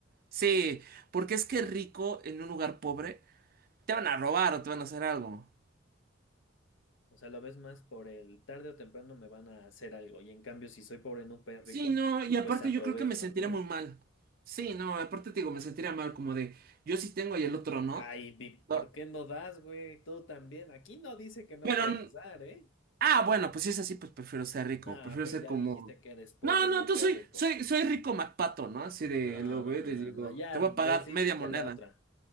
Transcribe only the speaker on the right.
Sí, porque es que rico en un lugar pobre te van a robar o te van a hacer algo.
Sí,
no, y aparte
yo creo que me sentiré
muy mal. Sí, no, aparte te digo, me sentiría mal como de, yo sí tengo y el otro no.
Ah.
Pero,
n-
ah, bueno, pues si es así, pues prefiero ser rico,
prefiero
ser
como...
No, no,
tú
soy,
soy, soy rico MacPato, ¿no? Así de,
lo
veo
y les
digo,
te voy
a pagar media moneda.